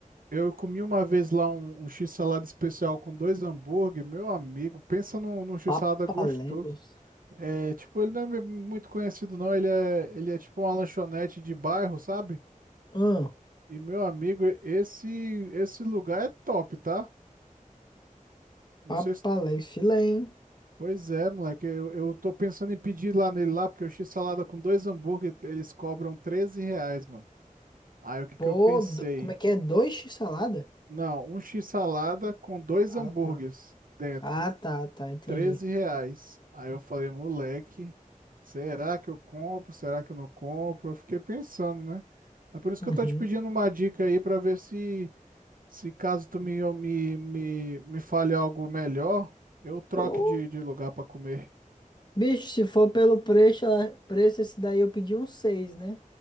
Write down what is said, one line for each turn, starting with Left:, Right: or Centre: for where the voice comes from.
Right: eu comi uma vez lá um, um x-salada especial com dois hambúrguer, meu amigo, pensa num, num x-salada
Left: papaléguas.
Right: gostoso. É, tipo, ele não é muito conhecido não, ele é, ele é tipo uma lanchonete de bairro, sabe?
Left: Hum,
Right: E meu amigo, esse esse lugar é top, tá? Não
Left: papalé,
Right: sei se...
Left: filé, hein?
Right: Pois é, moleque, eu, eu tô pensando em pedir lá nele lá, porque o x-salada com dois hambúrguer, eles cobram 13 reais, mano. Aí o que que
Left: Pô,
Right: eu pensei?
Left: do- como é que é? Dois x salada?
Right: Não, um x-salada com dois
Left: Ah,
Right: hambúrgueres
Left: tá.
Right: dentro,
Left: Ah, tá, tá, entendi.
Right: 13 reais. Aí eu falei, moleque, será que eu compro? Será que eu não compro? Eu fiquei pensando, né? É por isso
Left: Uhum.
Right: que eu tô te pedindo uma dica aí pra ver se Se caso tu me, me, me, me fale algo melhor, eu troque
Left: Pô,
Right: de, de lugar para comer.
Left: Bicho, se for pelo preço, ah, preço esse daí eu pedi um seis né?